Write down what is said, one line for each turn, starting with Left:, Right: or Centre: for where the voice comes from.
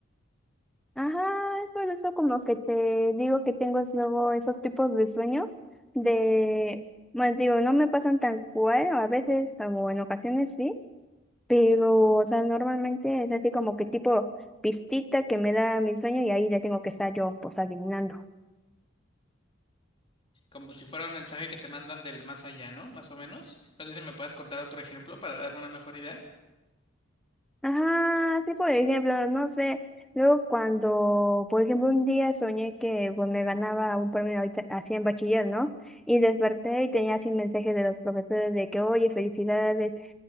Centre: Ajá, es por eso como que te digo que tengo es luego esos tipos de sueño de, bueno, digo, no me pasan tan cual, a veces, o en ocasiones sí, Pero, o sea, normalmente es así como que tipo pistita que me da mi sueño y ahí ya tengo que estar yo, pues, adivinando.
Left: Como si fuera un mensaje que te mandan del más allá, ¿no? Más o menos. No sé si me puedes contar otro ejemplo para darme una mejor idea.
Centre: Ajá, sí, por ejemplo, no sé, luego cuando, por ejemplo, un día soñé que pues me ganaba un premio ahorita- así en bachiller, ¿no? Y desperté y tenía así mensajes de los profesores de que, oye, felicidades,